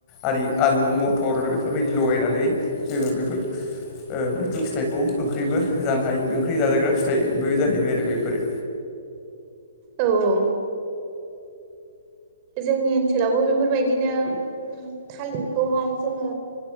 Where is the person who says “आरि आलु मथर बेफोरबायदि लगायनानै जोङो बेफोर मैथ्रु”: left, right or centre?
Left